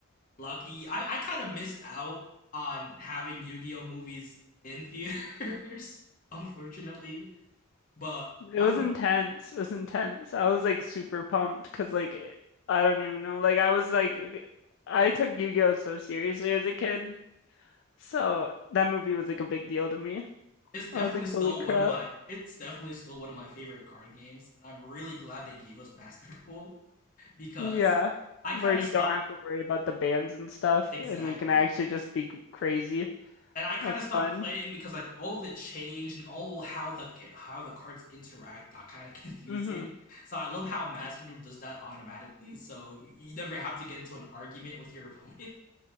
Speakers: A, on the left; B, on the left.
A: Lucky, I I kind of missed out on having Yu-Gi-Oh movies in theaters, <laughs> unfortunately. But
B: It
A: that
B: was
A: would
B: intense. It was intense. I was like super pumped because like it- I don't even know. Like I was like I took Yu-Gi-Oh so seriously as a kid. So that movie was like a big deal to me.
A: it's definitely
B: I was like,
A: still
B: holy crap.
A: one of my it's definitely still one of my favorite card games, and I'm really glad they gave us Master <laughs> Duel because
B: Yeah.
A: I
B: Where
A: kind
B: you
A: of stopped
B: don't have to worry about the bans and stuff
A: exactly
B: and we can actually just be crazy.
A: and I kind
B: That's
A: of stopped
B: fun.
A: playing because like all the change and all how the how the cards interact got kind of <laughs> confusing.
B: hmm
A: So I love how Master Duel does that automatically, so you never have to get into an argument with your opponent.